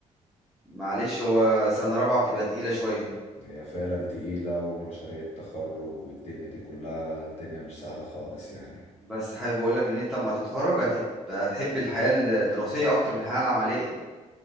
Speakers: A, in the centre; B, on the left.
A: معلش هو سنه رابعه بتبقى تقيله شويه
B: <clears throat> هي فعلا تقيلة ومشاريع التخرج والدنيا دي كلها الدنيا مش سهلة خالص يعني
A: بس حابب اقول لك ان انت اما تتخرج هتبقى هتحب الحياه الدراسيه اكتر من الحياه العمليه